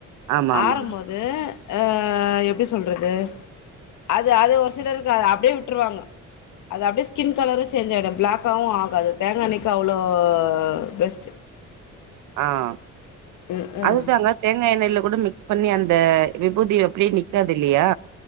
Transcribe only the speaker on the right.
ஆமா, ஆமாங்க.
ஆஹ்
அதுதாங்க தேங்காய் எண்ணெயல்ல கூட மிக்ஸ் பண்ணி அந்த விபூதி எப்படியே நிக்காது இல்லையா